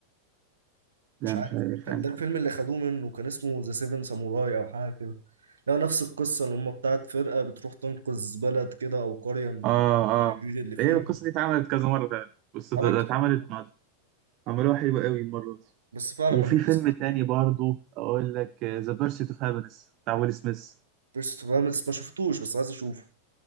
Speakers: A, on the right; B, on the right.
A: لا
B: مش عارف
A: مش عارف
B: كان
A: أنا.
B: ده الفيلم اللي خدوه منه كان اسمه ذا سيفن ساموراي او حاجه كده لا نفس القصه اللي هم بتاعت فرقه بتروح تنقذ بلد كده او قريه من
A: اه
B: الشرير
A: اه
B: اللي فيها
A: هي القصه دي اتعملت كذا مره فعلا بس ده-
B: عمل
A: ده
B: كتير
A: اتعملت عملوها حلوة قوي المرة دي
B: بس فعلا
A: وفي
B: ما جبتش
A: فيلم تاني برضو أقول لك ذا بيرسيت أوف هابينس بتاع ويل سميث
B: بيرست فاملز ما شفتوش بس عايز اشوفه